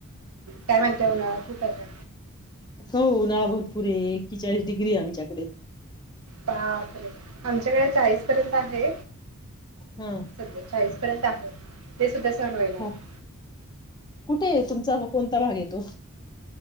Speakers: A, on the right; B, on the left.
A: काय म्हणता उन्हाळा, खूप आहे ना.
B: हो उन्हाळा भरपूर हे एकेचाळीस डिग्री आहे आमच्याकडे.
A: बापरे, आमच्याकडे चाळीस <unintelligible> आहे.
B: हा
A: सध्या चाळीस पर्यंत आहे, ते सुद्धा सहन होईना
B: हो
A: आता.
B: कुठे आहे तुमचा कोणता भाग येतो